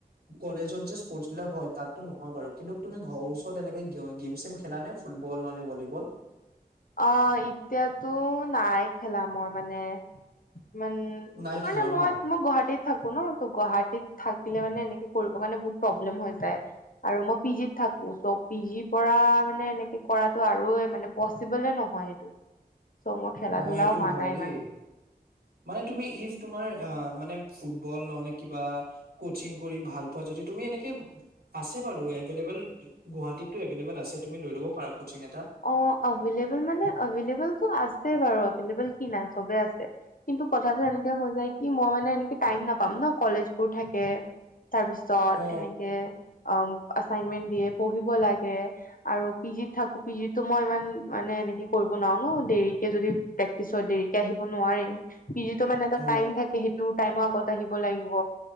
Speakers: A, on the right; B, on the left.
A: কলেজত যে স্পৰ্টছ বিলাক হয়, তাতো নহয় বাৰু। কিন্তু তুমি ঘৰৰ ওচৰত এনেকে গেম চেম খেলা নে? ফুটবল নহ'লে ভলিবল?
B: অ, এতিয়াতো নাই খেলা মই মানে ইমান।
A: নাই
B: কে মানে
A: খেল
B: মই
A: ন
B: মোক গুৱাহাটীত থাকো ন। ত' গুৱাহাটীত থাকিলে মানে এনেকে কৰিব কাৰণে বহুত প্ৰব্লেম হৈ যায়। আৰু মই পি জিত থাকো। চ' পি জি পৰা মানে এনেকে কৰাটো আৰুয়ে মানে পচিবলে নহয় সেইটো। চ' মোৰ খেলা
A: অ
B: ধূলাও
A: এইটো
B: হোৱা
A: হয়
B: নাই
A: দেই
B: ইমান।
A: মানে তুমি ইফ তোমাৰ আ মানে ফুটবল নহলে কিবা, কচিং কৰি ভাল পোৱা। যদি তুমি এনেকে আছে বাৰু এভেইলেবল গুৱাহাটীতটো এভবল আছে। তুমি লৈ ল'ব পাৰা কচিং এটা।
B: অ এভেইলেবল মানে এভেইলেবলটো আছে বাৰু এভেইলেবল কি নাই, চবে আছে। কিন্তু কথাটো এনেকে হৈ যায়, কি মই মানে এনেকে টাইম নাপাম ন। কলেজ বোৰ থাকে তাৰ পিছত
A: অ
B: এনেকে অ আচাইনমেন্ দিয়ে, পঢ়িব লাগে আৰু পি জ থাকো যি টো মই ইমান মানে এনেকে কৰিব নোৱাৰো ন, দেৰিকে যদি প্ৰেক্টিচ হয় দেৰি আহিব নোৱাৰিম। পিজিটো মানে এটা
A: অ
B: টাইম থাকে, সেইটো টাইমৰ আগত আহিব লাগিব।